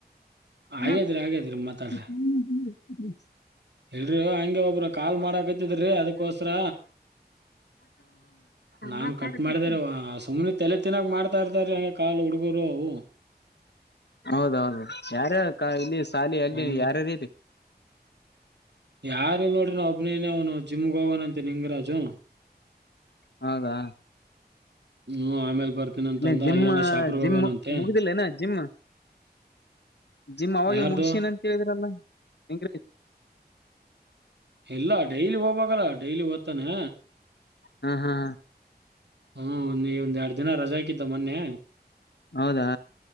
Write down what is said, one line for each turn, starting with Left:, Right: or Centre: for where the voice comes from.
Right: ಹಾಗೇದ್ರಿ
Left: ಹ್ಮ್
Right: ಹಾಗೇದ್ರಿ ಮಾತಾಡ್ರಿ
Left: ಹ್ಮಂ
Right: ಇಲ್ರಿ ಹಂಗೆ ಒಬ್ರ ಕಾಲ್ ಮಾಡಕತಿದ್ರಿ ಅದಕ್ಕೋಸ್ಕರ ನಾನ್
Left: ಮಾತಾಡಕೈತಿ
Right: ಕಟ್ ಮಾಡ್ದಾರಿ, ಸುಮ್ಮನೆ ತಲೆ ತಿನ್ನಾಕ್ ಮಾಡ್ತಾ ಇರ್ತಾರೀ ಹಂಗೆ ಕಾಲು ಹುಡುಗರು ಅವು.
Left: ಹೌದ ಹೌದು ಯಾರರ್ ಇಲ್ಲಿ ಸಾಲಿ ಅಲ್ಲಿ
Right: ಹ್ಮ್
Left: ಯಾರಾರ ಇದೀ
Right: ಯಾರಿಲ್ ನೋಡ್ರಿ ನಾ ಒಬ್ಬನೆನೆ ಅವ್ನು ಜಿಮ್ ಹೊಗೌವನಂತೆ ನಿಂಗರಾಜು.
Left: ಹೌದಾ
Right: ಹ್ಮ ಆಮೇಲ್ ಬರ್ತೀನಂತಂದ
Left: ನಿ ಜಿಮ್
Right: ಅಯ್ಯಣ್ಣ
Left: ಆ
Right: ಶಾಪುರ್ಗ್
Left: ಜಿಮ್
Right: ಹೋಗೋನಂತೆ
Left: ಮು ಮುಗಿದೀಲ್ಲ ಏನ ಜಿಮ್? ಜಿಮ್ ಅವಾಗೆ
Right: ಯಾರ್ದು
Left: ಮುಗಿಸಿನ್ ಅಂತ್ ಹೇಳಿದ್ರಲ್ಲ ನಿಂಗರಾಜ್.
Right: ಇಲ್ಲ ಡೈಲಿ ಹೋಗ್ಬೇಕಲ್ಲಾ ಡೈಲಿ ಹೊತಾನಾ
Left: ಹಾ ಹಾ ಹಾ
Right: ಹ್ಮ ಒಂದ್ ಈ ಒಂದ್ ಎರಡ್ ದಿನ ರಜೆ ಹಾಕಿದ್ದ ಮೊನ್ನೆ.
Left: ಹೌದಾ